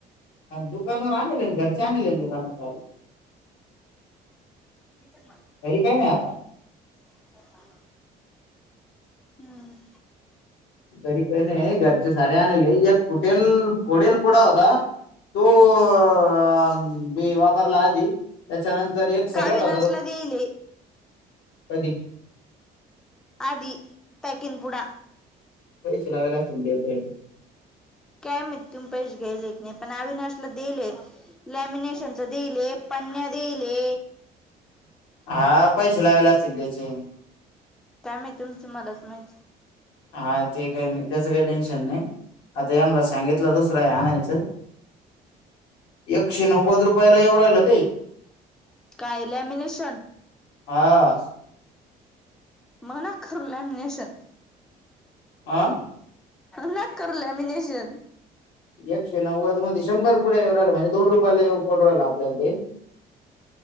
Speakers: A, on the left; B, in the centre.
A: दुकानवर आणलेले आहे घरच्या आणले दुकान तारे
B: <inaudible>
A: तरी काही नाही आता
B: <inaudible> हम्
A: घरी काय नाही घर सारे आणले फुटलं फोड पुढा होता तो आ मी वापरला आधी त्याच्यानंतर एक सगट
B: अविनाशला
A: होता तो
B: देईले
A: कधी
B: आधी पॅकिंग पुडा
A: पैसे लावायला असतील त्याच्या याने
B: काय माहित तुम्ही पैश घ्यायल की नाही पण अविनाशला दिले लॅमिनेशनच देले पणण्या देले
A: हा पैसे लावेला असतील त्याचे
B: काय माहि तुमचु मलाच माहित
A: हा ते काही नाही त्याच काही टश नाही आता सांगितलं दुसर हयच एकशे नव्वद रुपयाला एव राहिल ते
B: काय लॅमिनेशन
A: हां
B: मना खरलामशन
A: आह
B: नाही कर ललेमिनेशन
A: एकशे नव्वद मध्ये शंभर पुढे येऊ राहिला म्हणजे दोन रुपयाला येऊ पडू राहिला आपल्याला ते